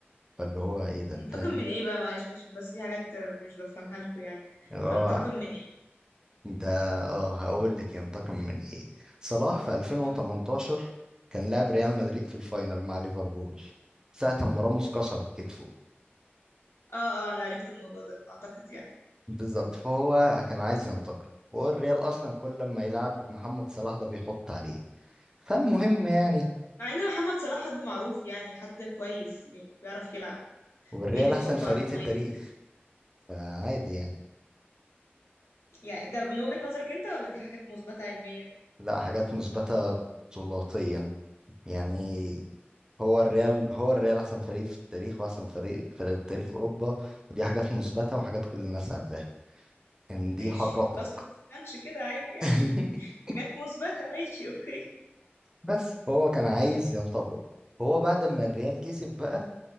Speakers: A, on the right; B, on the left.
A: فاللي هو ايه ده انت
B: انتقم من ايه بقى معلش عشان بس في حاجات آه، مش بفهمها لكم يعني
A: اه
B: تنتقم من ايه
A: ده اه هقول لك ينتقم من ايه صلاح في 2018
B: قول.
A: كان لاعب ريال مدريد في الفاينل مع ليفربول ساعة ما راموس كسر كتفه
B: اه اه انا عرفت الموضوع ده اعتقد يعني
A: بالظبط فهو كان عايز ينتقم وهو الريال اصلا كل ما يلعب محمد صلاح ده بيحط عليه فالمهم يعني
B: مع ان محمد صلاح حد معروف يعني حد كويس يعني بيعرف يلعب
A: والريال
B: ليه بتحطوا
A: احسن فريق في التاريخ
B: عليه كده
A: فعادي يعني
B: يعني ده من وجهة نظرك انت ولا دي حاجات مثبتة علميا
A: لا حاجات مثبتة بطولاتيا يعني هو الريال هو الريال احسن فريق في التاريخ واحسن فريق في تاريخ اوروبا ودي حاجات مثبتة وحاجات كل الناس عارفاها كان
B: ماشي
A: دي حقائق
B: خلاص ما تسخنش كده عادي يعني
A: <laughs>
B: <laughs> حاجات مثبتة ماشي اوكي
A: بس فهو كان عايز ينتقم فهو بعد ما الريال كسب بقى